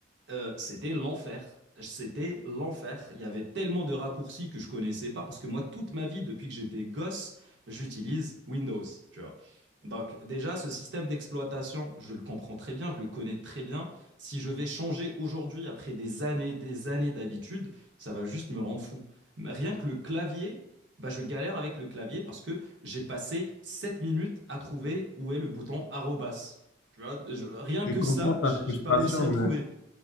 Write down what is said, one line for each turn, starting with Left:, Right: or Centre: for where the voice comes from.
Right: Euh, c'était l'enfer. C'était l'enfer. Il y avait tellement de raccourcis que je connaissais pas parce que moi, toute ma vie, depuis que j'étais gosse, j'utilise Windows, tu vois. Donc, déjà, ce système d'exploitation, je le comprends très bien, je le connais très bien. Si je vais changer aujourd'hui, après des années, des années d'habitude, ça va juste me rendre fou. Rien que le clavier, bah, je galère avec le clavier parce que j'ai passé 7 minutes à trouver où est le bouton arrobas. Tu vois, je- rien
Left: Je
Right: que
Left: comprends
Right: ça,
Left: ta
Right: j-
Left: frustration,
Right: j'ai pas réussi à le trouver.
Left: euh,